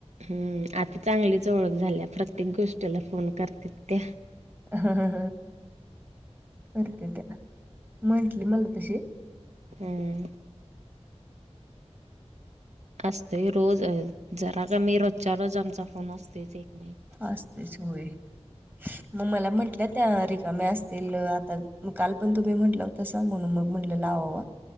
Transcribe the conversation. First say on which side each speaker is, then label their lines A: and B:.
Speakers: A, on the right; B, on the right.
A: हम्म आता चांगलीच ओळख झाल्या प्रत्येक गोष्टीला फोन करते त्या
B: ह ह खर ते त्या म्हटली मला तशी
A: हम् असतोय रोज जरा का मी रोजच्या रोज आमचा फोन असतोयच एक नाही
B: असतेच होय मग मला म्हटल्यात त्या रिकाम्या असतील आता काल पण तुम्ही म्हटलं होतसा म्हणून मग म्हटलं लावावा